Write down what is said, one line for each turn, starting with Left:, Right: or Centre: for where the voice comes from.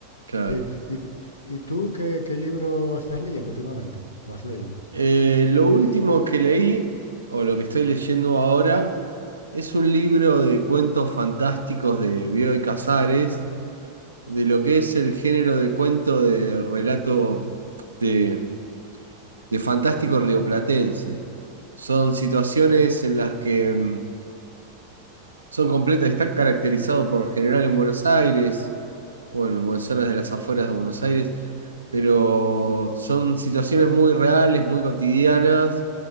Right: Claro.
Left: Sí. ¿Y, y tú qué, qué libro estás leyendo últimamente? ¿O has leído?
Right: Eh, lo último que leí, o lo que estoy leyendo ahora, es un libro de cuentos fantásticos de Bioy Casares, de lo que es el género de cuento de relato de de fantástico rioplatense. Son situaciones en las que mm, son completas, están caracterizados por lo general en Buenos Aires, bueno, en zonas de las afueras de Buenos Aires, pero son situaciones muy reales, muy cotidianas,